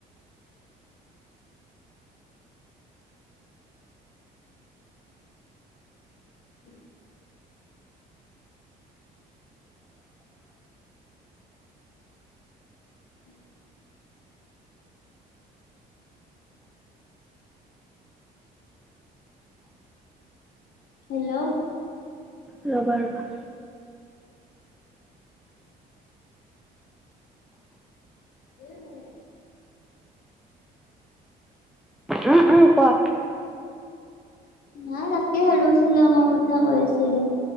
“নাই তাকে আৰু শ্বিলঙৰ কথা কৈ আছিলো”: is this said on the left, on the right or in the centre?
Left